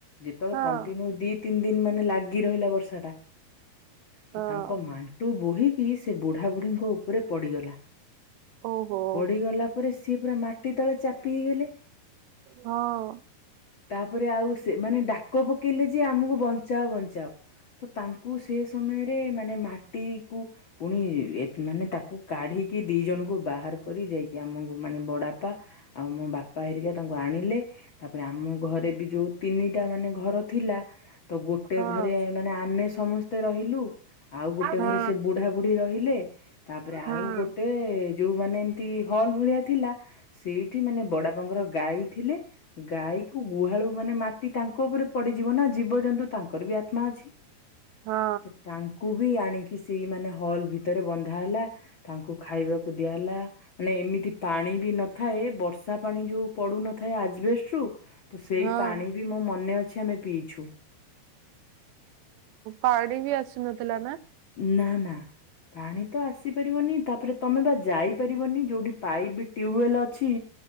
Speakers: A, on the left (about 50°); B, on the right (about 85°).
A: ତବେଳେ
B: ହଁ
A: କଣ୍ଟିନ୍ୟୁ ଦି ତିନ୍ ଦିନ୍ ମାନେ ଲାଗି ରହିଲା ବର୍ଷା ଟା ତ
B: ହଁ
A: ତାଙ୍କ ମା ଟୁ ବୋହିକି ସେ ବୁଢା ବୁଢୀଙ୍କ ଉପରେ ପଡିଗଲା
B: ଓହୋ
A: ପଡିଗଲା ପରେ ପରେ ସିଏ ପୁରା ମାଟି ତଳେ ଚାପି ହେଇଗଲେ।
B: ହଁ।
A: ତାପରେ ଆଉ ସେମାନେ ଡାକ ପକେଇଲେ ଯେ ଆମକୁ ବଞ୍ଚାଅ ବଞ୍ଚାଅ ତ ତାଙ୍କ କୁ ସେ ସମୟରେ ମାନେ ମାଟି କୁ ପୁଣି ମାନେ ତାକୁ କାଢିକି ଦି ଜଣଙ୍କୁ ବାହାର କରି ଯାଇକି ଆମକୁ ମାନେ ବଡାପା ଆଉ ମୋ ବାପା ହେରିକା ତାଙ୍କୁ ଆଣିଲେ ତାପରେ ଆମ ଘରେବି ଯୋଉ ତିନିଟା ମାନେ ଘର ଥିଲା ତ ଗୋଟେ
B: ହଁ
A: ଘରେ ମାନେ ଆମେ ସମସ୍ତେ ରହିଲୁ ଆଉ ଗୋଟେ
B: ହଁ
A: ଘରେ ସେ ବୁଢା ବୁଢୀ ରହିଲେ ତାପରେ
B: ହଁ
A: ଆଉ ଗୋଟେ ଯୋଉ ମାନେ ଏମିତି ହଲ୍ ଭଳିଆ ଥିଲା ସେଇଠି ମାନେ ବଡ଼ବାପା ଙ୍କର ଗାଈ ଥିଲେ ଗାଈକୁ ଗୁହାଳୁ ମାନେ ମାଟି ତାଙ୍କ ଉପରେ ପଡ଼ିଯିବନା ଜୀବଜନ୍ତୁ ତାଙ୍କରବି ଆତ୍ମା ଅଛି।
B: ହଁ
A: ତ ତାଙ୍କୁବି ଆଣିକି ସେଇ ମାନେ ହଲ୍ ଭିତରେ ବନ୍ଧା ହେଲା। ତାଙ୍କୁ ଖାଇବାକୁ ଦିଆ ହେଲା। ମାନେ ଏମିତି ପାଣିବି ନଥାଏ ବର୍ଷା ପାଣି ଯୋଉ ପଡୁନଥାଏ ଆଜବେଷ୍ଟରୁୁ ତ ସେଇ
B: ହଁ
A: ପାଣିବି ମୋ ମନେ ଅଛି ଆମେ ପିଇଛୁ।
B: ପାଣିବି ଆସୁନଥିଲା ନା?
A: ନା ନା ପାଣିତ ଆସିପାରିବନି ତାପରେ ତମେବା ଯାଇପାରିବନି ଯୋଉଠି ପାଇପ୍ ଟ୍ୟୁୱେଲ ଅଛି